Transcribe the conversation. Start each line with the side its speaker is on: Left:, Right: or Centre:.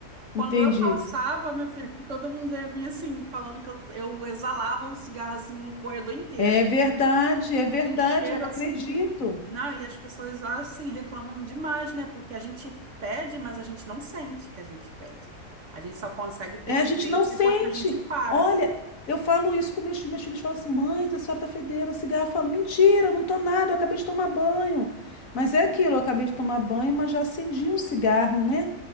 Right: Quando
Left: Entendi.
Right: eu passava, meu filho, <laughs> todo mundo já vinha assim, falando que eu, eu exalava um cigarro assim no corredor inteiro
Left: É verdade, é verdade,
Right: um cheiro
Left: eu acredito.
Right: assim. Não, e as pessoas assim reclamam demais, né? Porque a gente fede, mas a gente não sente que a gente fede. A gente só consegue perceber
Left: É, a gente não
Right: isso
Left: sente.
Right: depois que a gente para.
Left: Olha, eu falo isso com meus filhos. Meus filhos falam assim: mãe, a senhora tá fedendo a cigarro. Eu falo: mentira, não tô nada, eu acabei de tomar banho. Mas é aquilo, eu acabei de tomar banho, mas já acendi um cigarro, né?